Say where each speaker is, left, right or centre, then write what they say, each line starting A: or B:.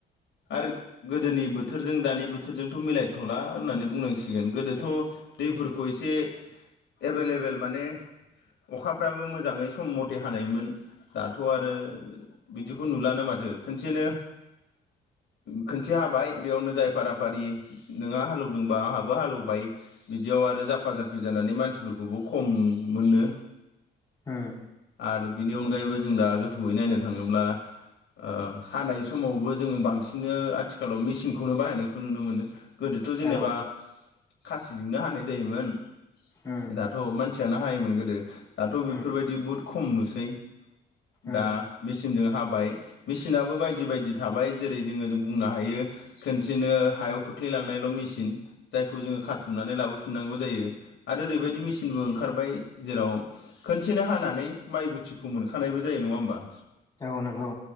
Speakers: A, on the left; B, on the left.
A: आरो गोदोनि बोथोरजों दानि बोथोरजोंथ' मिलायथ'ला होननानै बुंनांसिगोन, गोदोथ' दैफोरखौ एसे एभेलेबेल माने अखाफ्राबो मोजाङै सम मथे हानायमोन, दाथ' आरो बिदिखौ नुलानो माथो खोनसेनो खोनसे हाबाय बेयावनो जाय फाराफारि नोंहा हालेवदोंबा आंहाबो हालेवबाय। बिदियाव आरो जाफा जाफि जानानै मानसिफोरखौबो खम मोनो।
B: उम
A: आरो बिनि अनगायैबो जों दा गोथौयै नायनो थाङोब्ला ओ हानाय समावबो जोङो बांसिन आथिखालाव मेसिंखौनो बाहायनायखौ नुनो मोनो गोदोथ'
B: उम
A: जेनेबा
B: औ
A: खासिजोंनो हानाय जायोमोन।
B: उम
A: दाथ' मानसियानो हायोमोन गोदो दाथ' बेफोरबायदि
B: उम
A: बहुद खम नुसै।
B: उम
A: दा मेसिनजों हाबाय मेसिनाबो बायदि बायदि थाबाय जेरै जोङो जों बुंनो हायो खोनसेनो हायाव खोख्लैलांनायल' मेसिन जायखौ जोङो खाथुमनानै लाबोफिननांगौ जायो आरो ओरैबायदि मेसिनबो ओंखारबाय जेराव खोनसेनो हानानै माइ गुथिखौ मोनखानायबो जायो नङा होमबा?
B: औ नंगौ